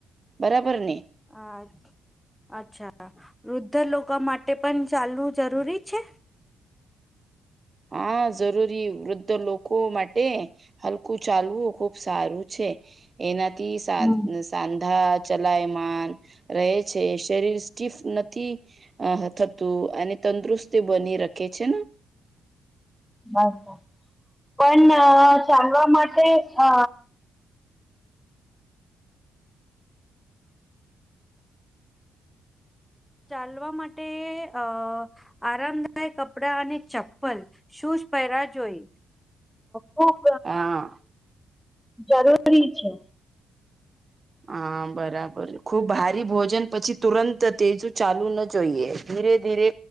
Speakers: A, on the right (about 30°); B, in the centre.
A: બરાબર ને
B: હ અચ્છા વૃદ્ધ લોકો માટે પણ ચાલવું જરૂરી છે.
A: હા જરૂરી વૃદ્ધ લોકો માટે હલકું ચાલવું ખૂબ સારું છે એનાથી
B: હમ
A: સા સાંધા ચલાયમાન રહે છે શરીર સ્ટીફ નથી આ થતું અને તંદુરસ્ત બની રાખે છે.
B: બસ પણ ચલવા માટે અ ચાલવા માટે અ આરામદાયક કપડા અને ચપ્પલ શું જ પહેરા જોઈ ખુબ
A: હા
B: જરૂરી છે.
A: હા બરાબર ખુબ ભારી ભોજન પછી તુરંત તેજ ચાલુ ના જોઈએ ધીરે ધીરે